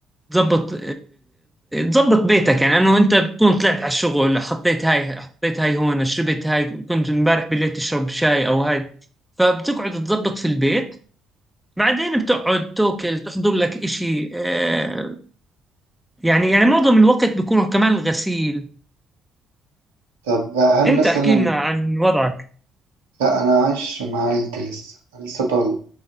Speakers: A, in the centre; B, on the right.
A: تظبط تظبط بيتك يعني انه انت بتكون طلعت على الشغل حطيت هاي حطيت هاي هون شربت هاي كنت امبارح بالليل تشرب شاي او هاي فبتقعد تظبط في البيت بعدين بتقعد توكل تحضر لك اشي آه، يعني يعني معظم الوقت بيكون كمان الغسيل
B: طب هل
A: انت
B: مثلا
A: احكي لنا عن وضعك
B: لا انا عايش مع عيلتي لسه أنا لسه طالب